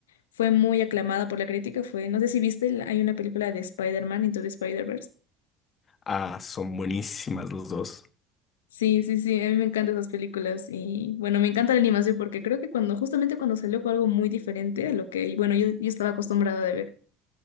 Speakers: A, on the left (about 85°); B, on the left (about 40°).
A: fue muy aclamada por la crítica fue, no sé si viste, la- hay una película de Spider-Man Into the Spider-Verse.
B: Ah, son buenísimas los dos.
A: Sí, sí, sí, a mí me encantan esas películas y bueno, me encanta la animación porque creo que cuando, justamente cuando salió fue algo muy diferente a lo que, bueno, yo, yo estaba acostumbrada de ver.